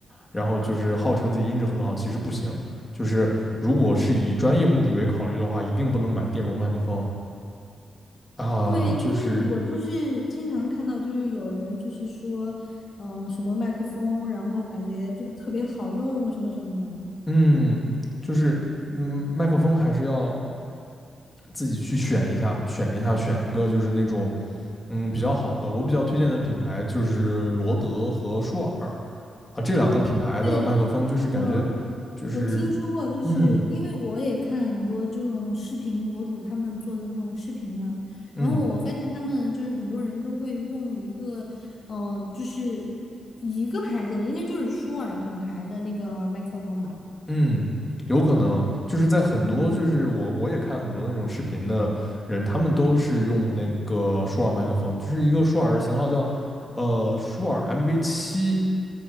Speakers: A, on the left; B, on the left.
A: 然后就是号称自己音质很好，其实不行。就是如果是以专业目的为考虑的话，一定不能买电容麦克风啊。
B: 对，因为我就是经常看到，
A: 就是
B: 就是有人就是说，嗯、什么麦克风，然后感觉就特别好用，什么什么的。
A: 嗯，就是嗯，麦克风还是要自己去选一下，选一下，选一个就是那种嗯比较好的。我比较推荐的品牌就是罗德和舒尔啊，这两个品牌的麦克风就是感觉
B: 对，我
A: 就是
B: 我听说过，就是因为我也看很多这种视频博主他们做的那种视频嘛，
A: 嗯嗯。
B: 然后我发现他们就是很多人都会用一个，呃，就是一个牌子的，应该就是舒尔品牌的那个麦克风吧。
A: 嗯，有可能就是在很多就是我我也看很多那种视频的人，
B: 嗯
A: 他们都是用那个舒尔麦克风，就是一个舒尔的型号叫呃舒尔 MV 七，